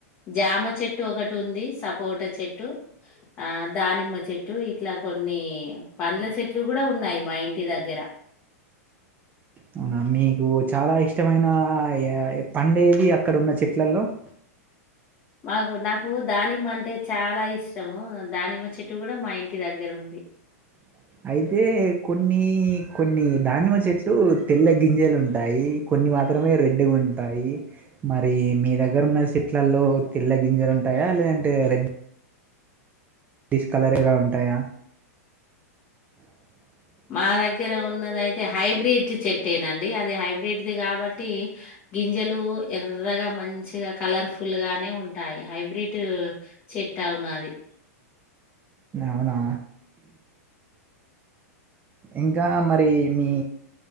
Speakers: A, on the left; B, on the right.
A: జామ చెట్టు ఒకటి ఉంది సపోట చెట్టు ఆ దానిమ్మ చెట్టు ఇట్లా కొన్ని పండ్ల చెట్లు కూడా ఉన్నాయి మా ఇంటి దగ్గర
B: అవునా మీకు చాలా ఇష్టమైన పండేది అక్కడ ఉన్న చెట్లల్లో <inaudible>
A: మాకు నాకు దానిమ్మ అంటే చాలా ఇష్టము దానిమ్మ చెట్టు కూడా మా ఇంటి దగ్గర ఉంది
B: <inaudible> అయితే కొన్ని కొన్ని దానిమ్మ చెట్లు తెల్ల గింజలు ఉంటాయి కొన్ని న్ని మాత్రమే రెడ్ ఉంటాయి మరి మీ దగ్గర ఉన్న చెట్లలో తెల్ల గింజలు ఉంటాయా యా లేదంటే రెడ్ డ్డిష్ కలర్లో ఉంటాయా <inaudible>
A: మా దగ్గర ఉన్నదయితే హైబ్రిడ్ చెట్టేనండి అది హైబ్రిడ్ది కాబట్టి గింజలు ఎర్రగా మంచిగా కలర్ఫుల్ గానే ఉంటాయి హైబ్రిడ్ చెట్టు అవును అది
B: అవునా ఇంకా మరి మీ